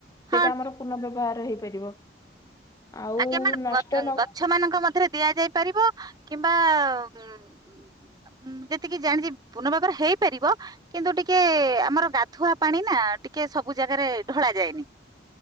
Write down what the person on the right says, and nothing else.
ହଁ
ଆଜ୍ଞା ମାଡ଼ାମ୍
ଗ
ଗଛ ମାନଙ୍କ ମଧ୍ୟରେ ଦିଆଯାଇ ପାରିବ କିମ୍ବା ଉଁ- ଉଁ ଯେତିକି ଜାଣିଛି ପୂର୍ଣ୍ଣ ଭାବରେ ହେଇପାରିବ। କିନ୍ତୁ ଟିକେ ଆମର ଗାଧୁଆ ପାଣି ନା- ଟିକେ ସବୁ ଜାଗାରେ ଢଳା ଯାଏନି।